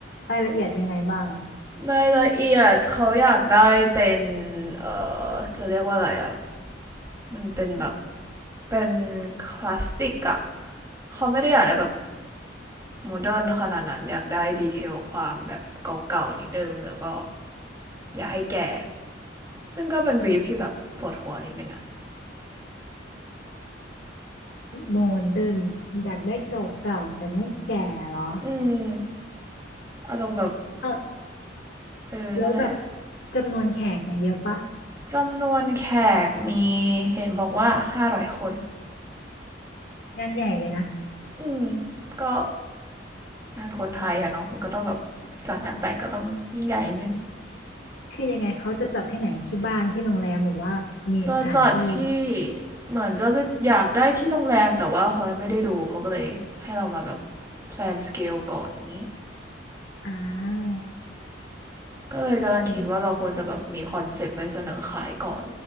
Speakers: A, on the left (about 65°); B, on the right (about 15°).
A: รายละเอียดยังไงบ้างอะ
B: รายละเอียดเขาอยากได้เป็นเออจะเรียกว่าอะไรอ่ะมันเป็นแบบเป็นคลาสสิกอ่ะเขาไม่ได้อยากได้แบบโมเดิร์นขนาดนั้นอยากได้ดีเทลความแบบเก่าๆนิดนึงแล้วก็อยากให้แก่ ซึ่งก็เป็นบรีฟที่แบบปวดหัวนิดนึงอะ
A: โมเดิร์นอยากได้เก่าๆแต่ไม่แก่เหรอ
B: อืมอารมณ์แบบ
A: เออ
B: เออนั่นแหละ
A: แล้วแบบจำนวนแขกเนี่ยเยอะปะ
B: จำนวนแขกมีเห็นบอกว่า 500 คน
A: งานใหญ่เลยนะ
B: อืม ก็งานคนไทยอะเนาะมันก็ต้องแบบจักงานแต่งก็ต้องยิ่งใหญ่นิดนึง
A: คือยังไงเขาจะจัดที่ไหนที่บ้านที่โรงแรมหรือว่ามีสถานที่
B: จะจัดที่เหมือนจะจะอยากได้ที่โรงแรมแต่ว่าเขาไม่ได้ดูเขาก็เลยให้เรามาแบบแพลนสเกลก่อนอย่างนี้
A: อ่า
B: ก็เลยกำลังคิดว่าเราควรจะแบบมีคอนเซปต์ไปเสนอขายก่อน
A: เดี๋ยวนะ